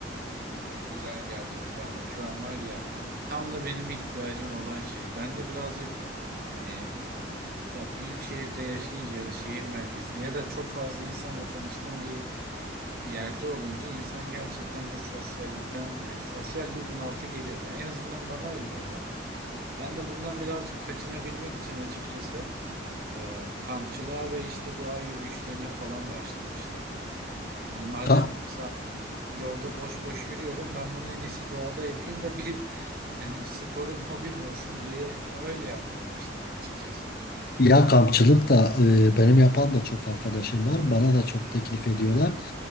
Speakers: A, on the right; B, on the left.
A: Güzel geldi bu bana. Şu an var ya tam da benim ihtiyacım olan şey. Ben de birazcık hani ya büyük şehirde yaşayınca ya da şehir merkezinde ya da çok fazla insanla tanıştığım bir yerde olunca insan gerçekten bu sosyallikten yani sosyal bir bunaltı geliyor. Yani en azından bana öyle oluyor. Ben de bundan birazcık kaçınabilmek için açıkçası e, kampçılığa ve işte doğa yürüyüşlerine falan başlamıştım. Hani madem
B: Ka-
A: sağ, yolda boş boş yürüyorum ben bunu en iyisi doğada yapayım da bir <laughs> sporum hobim olsun diye öyle yapmaya başladım açıkçası.
B: Ya kampçılık da e, benim yapan da çok arkadaşım var. Bana da çok teklif ediyorlar.